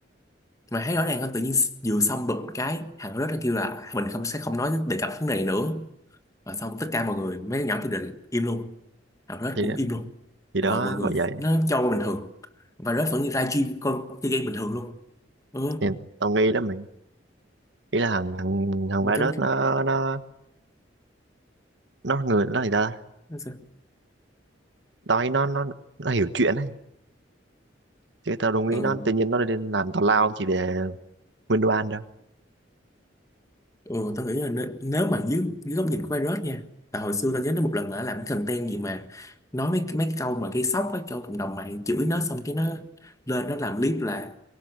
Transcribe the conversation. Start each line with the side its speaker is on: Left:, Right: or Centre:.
Left: mày thấy rõ ràng không tự nhiên vừa xong bụp cái thằng đó nó kêu là mình không sẽ không nói đề cập vấn đề này nữa và xong tất cả mọi người mấy đứa nhỏ thì định im luôn thằng Red
Right: Thì
Left: cũng im luôn
Right: thì
Left: là
Right: đó
Left: mọi mọi người
Right: bởi vậy.
Left: nó cho qua bình thường và Red vẫn ra gym con chơi game bình thường luôn ừ
Right: Thì tao nghi lắm mày. Nghĩ là thằng thằng thằng
Left: mà
Right: virus
Left: trong
Right: nó nó nó người nó thì ta.
Left: nó sao
Right: Tao thấy nó nó nó hiểu chuyện ấy. Chứ tao đâu nghĩ
Left: ừ
Right: nó tự nhiên nó lên làm tào lao chỉ để win đồ ăn đâu.
Left: Ừ, tao nghĩ là nế- nếu mà dưới, dưới góc nhìn của virus nha tại hồi xưa tao nhớ nó một lần là nó làm cái content gì mà nói mấy mấy cái câu mà gây sốc á cho cộng đồng mạng chửi nó xong cái nó lên nó làm clip là